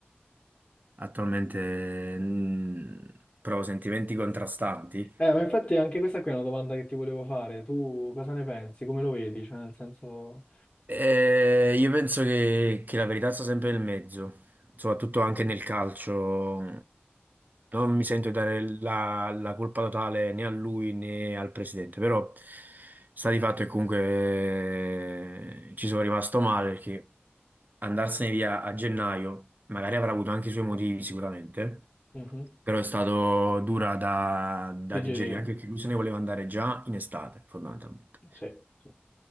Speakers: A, on the right; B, on the left.
A: attualmente mm, prova sentimenti contrastanti.
B: eh, ma infatti anche questa qui è una domanda che ti volevo fare. Tu cosa ne pensi? Come lo vedi? Cioè, nel senso...
A: Eh, io penso che, che la verità sta sempre nel mezzo, soprattutto
B: Ok.
A: anche nel calcio. Non mi sento di dare la, la colpa totale né a lui né al presidente, però sta di fatto che comunque eh, ci sono rimasto male perché andarsene via a gennaio magari avrà avuto anche i suoi motivi sicuramente,
B: Mhm.
A: però è stato dura da, da
B: Digerire,
A: digerire anche perché lui se ne voleva andare già in estate, fondamentalmente.
B: sì, sì,